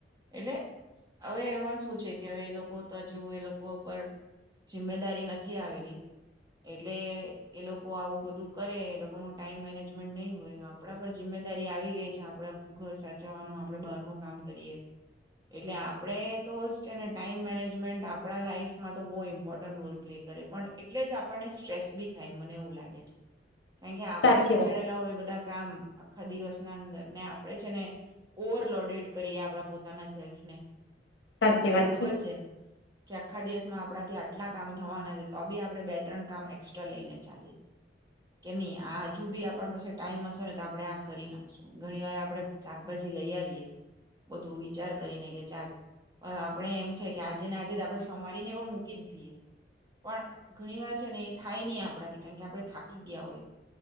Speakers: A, on the right; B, on the left.
A: એટલે હવે એમાં શું છે કે હવે એ લોકો તો હજુ એ લોકો પર જિમ્મેદારી નથી આવેલી એટલે એ લોકો આવું બધું કરે એ લોકોનું ટાઈમ મેનેજમેન્ટ નહીં હોય આપણા પર જિમ્મેદારી આવી ગઈ છે, આપણા ખું ઘર સાચું ચવાનું આપડ બારનું કામ કરીએ એટલે આપણે તો જ છે ને ટાઈમ મેનેજમેન્ટ આપણા લાઈઇફમાં તો બહુ ઇમ્પોર્ટન્ટ રોલ પ્લે કરે પણ એટલે જ આપણને સ્ટ્રેસ બી થાય મને એવું લાગે છે કારણ કે આપડે
B: સાચી
A: વિચારેલા
B: વાત
A: હોય બધા કામ આખા દિવસ ના અંદર ને આપડે છે ને ઓવરલોડેડ કરીએ આપણા પોતાના સેલ્ફને
B: સાચી
A: આપણને
B: વાત
A: ખબર છે કે આખા દિવસમાં આપણાથી આટલા કામ થવાના છે તો બી આપણે બે ત્રણ કામ એકસ્ટ્રા લઈને ચાલીએ કે ની આ હજુ બી આપણા પાસે ટાઈમ હશે ને તો આપણે આ કરી નાખશું ઘણીવાર આપણે શાકભાજી લઈ આવીએ બધું વિચાર કરીને કે ચાલ આપણે એમ છે કે આજે ને આજે જ આપણે સમારીને પણ મૂકી જ દઈએ પણ ઘણી વાર છે ને એ થાય નહી આપણાથી કારણ કે આપણે થાકી ગયા હોય